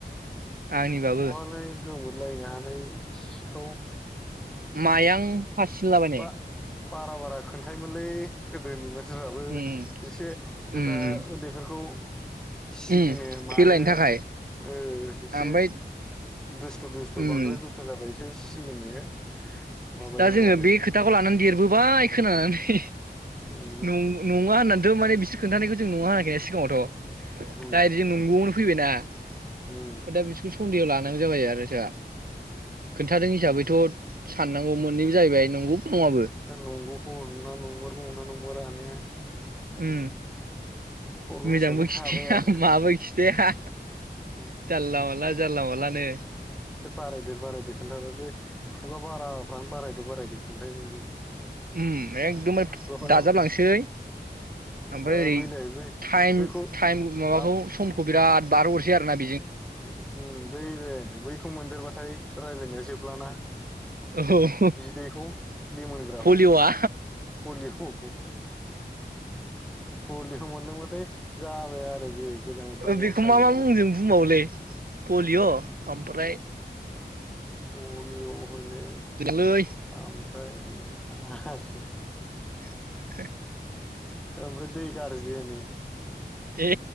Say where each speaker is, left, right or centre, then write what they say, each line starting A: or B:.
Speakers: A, on the right; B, in the centre.
A: आंनिबाबो
B: बहालाय गोमोरलानो‌ हानाय <unintelligible> औ
A: मायखं फास होनलाबायनाय
B: बा बारा बारा खोन्थायोमोनलै गोदोनि मानसि
A: उम
B: एसे जेनेबा
A: उम
B: उन्दैफोरखौ सिगिनो
A: उम
B: मानो
A: खेलायनो थाखाय
B: ओ एसे
A: ओमफ्राय
B: दुस्थु दुस्थु
A: उम
B: बांद्राय दुस्थ' जाबाय एसे सिगिनो माबायोमोन
A: दा जोङो
B: आरो
A: बे खोथाखौ लानानै देरबोबाय खोनानानै
B: उम
A: नङा होननानै था मान बिसोर खिन्थानायखौ जों नुवा‌ होनाखैना सिगाङावथ'
B: उम
A: दा इसोरो नोंगौनो फैबायना <unintelligible>
B: उम
A: सुन्देयाव लानांगौ जाबाय आरो जोंहा खोन्थादों हिसाबै बेथ' साननांगौ नंगौबो नङाबो
B: नंगौ <unintelligible> नंमारा‌ ना
A: उम
B: सल'
A: मोजांबो
B: हिसाबै थाबाय
A: खिथाया
B: आरो
A: माबो खिथाया
B: उम
A: जारला माला जारला मालानो
B: एसे बारायदेर बारायदो खोनथाहरो बे खुगा बाराफ्रानो बारायदो बारायदो खोन्थायोमोन बे
A: उम एकदमबार
B: खुगा बाराफ्रा
A: दाजाबलांसै ओमफ्राय
B: आरो
A: ओरै
B: बैलाय बे
A: थाइम
B: बैखौ
A: टाइम माबाखौ
B: मा
A: समखौ बिराद बारहो हरसै आरो ना
B: उम बै बे बैखौ मोनदेरबाथाय रायज्लायनाया जोबलाना
A: औ
B: बिदैखौ लिमोनग्राखौ
A: पलिअ'आ
B: पलियखौ पलिय मोनलोंबाथाय जाबाय आरो बेयो गोजां बोथोराव
A: बेखौ
B: अर सायनायाव
A: मा मा मुंजों बुंबा पलिअ ओमफ्राय
B: पलिअ मोननै
A: लै
B: ओमफ्राय हा-सुगु
A: <unintelligible>
B: ओमफ्राय दै गाज्रि होनो
A: ए